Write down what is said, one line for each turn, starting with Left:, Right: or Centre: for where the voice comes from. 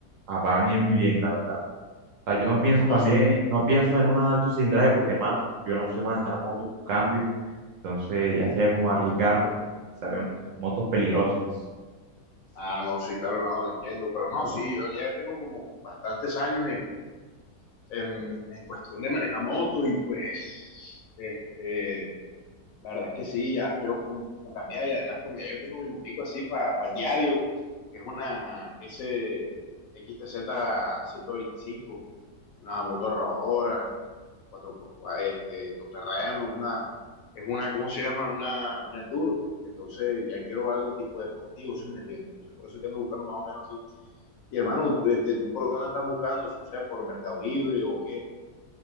Right: ah, va a venir muy bien, la verdad sea, yo no pienso también,
Left: No,
Right: no pienso en una alto cilindraje porque, hermano, yo no sé manejar motos con cambio, entonces ya sería como arriesgarme porque sabemos que son motos peligrosas.
Left: ah, no, sí, claro, hermano, lo entiendo, pero no, sí, yo ya tengo como bastantes años en, en, en cuestión de manejar motos y pues, este, La verdad es que sí, ya quiero como cambiar y además como ya yo tengo mi motico así para el diario, que es una S X T Z ciento veinticinco una moto rodadora, cuatro por 4 este, todoterreno, una, es una, ¿cómo se llama? Una, un enduro. Entonces ya quiero algo tipo deportivo, si me entiendes. Entonces por eso es que ando buscando más o menos así. Y hermano, este, ¿tú por dónde estás buscando? O sea, ¿por Mercado Libre o qué?